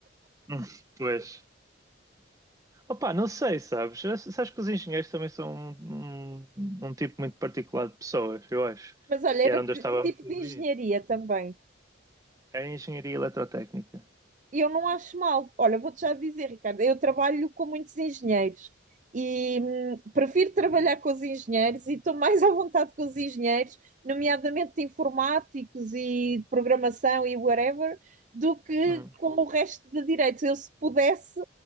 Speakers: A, on the right; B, on the right.
A: Hum, pois. Opa, não sei, sabes? Sabes que os engenheiros também são um, um, um tipo muito particular de pessoas, eu acho.
B: <laughs> Mas olha, era
A: E era onde
B: que
A: eu estava
B: que tipo
A: muito
B: de engenharia
A: no
B: também?
A: Era engenharia eletrotécnica.
B: E eu não acho mal. Olha, vou-te já dizer, Ricardo, eu trabalho com muitos engenheiros e hum, prefiro trabalhar com os engenheiros e estou mais <laughs> à vontade com os engenheiros, nomeadamente de informáticos e de programação e whatever, do que
A: Hum.
B: com o resto de direitos. Eu, se pudesse,